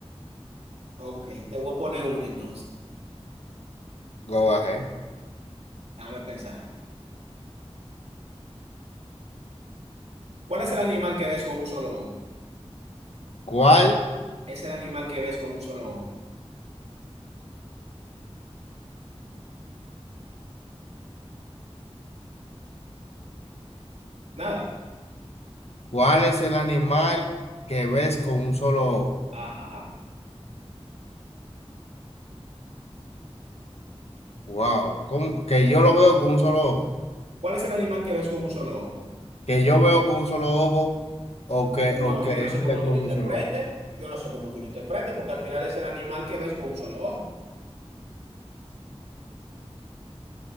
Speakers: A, on the right; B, on the left.
A: Ok, te voy a poner una entonces.
B: Go bajé.
A: Déjame pensar. ¿Cuál es el animal que ves con un solo ojo?
B: ¿Cuál,
A: Es el animal que ves con un solo ojo. Nada.
B: cuál es el animal que ves con un solo ojo?
A: Ajá.
B: Wow. ¿Cómo? Que yo lo veo con un solo ojo.
A: ¿Cuál es el animal que ves con un solo ojo?
B: Que yo veo con un solo ojo o que,
A: No,
B: o que
A: yo
B: él
A: no sé cómo
B: ve con
A: tú lo interpretes.
B: un solo ojo.
A: Yo no sé cómo tú lo interpretes, porque al final es el animal que ves con un solo ojo.